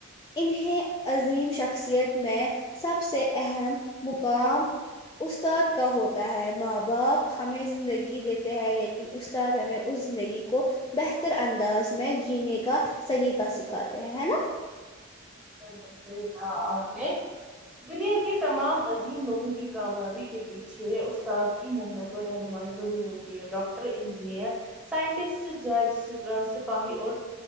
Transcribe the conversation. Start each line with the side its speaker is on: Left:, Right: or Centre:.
Left: انیں عظیم شخصیت میں سب سے اہم مقام استاد کا ہوتا ہے ماں باپ ہمیں زندگی دیتے ہیں لیکن استاد ہمیں اس زندگی کو بہتر انداز میں جینے کا سلیقہ سکھاتے ہیں ہے نا
Centre: بلکل صحیح کھا آپ نے دنیا کے تمام عظیم لوگوں کی کامیابی کے پیچھے چھ استاد کی محنت اور رہنمائی ضرور ہوتی ہے ڈاکٹر انجینئر سائنٹسٹ جج سپ سپاہی اور